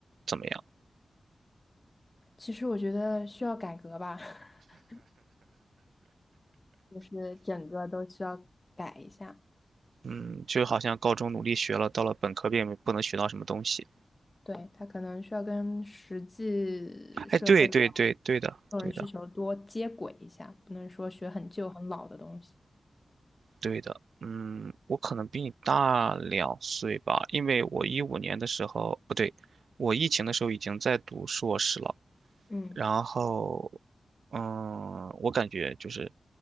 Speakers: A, on the right; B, on the left.
A: 怎么样？
B: 其实我觉得需要改革吧，<laughs> 就是整个都需要改一下。
A: 嗯，就好像高中努力学了，到了本科并不能学到什么东西。
B: 对，他可能需要跟实际社会上
A: 哎，对对对对的，
B: 个人需求多接轨一下，
A: 对的
B: 不能说学很旧很老的东西。
A: 对的。嗯，我可能比你大两岁吧，因为我一五年的时候，不对，我疫情的时候已经在读硕士了。
B: 嗯，
A: 然后，嗯，我感觉就是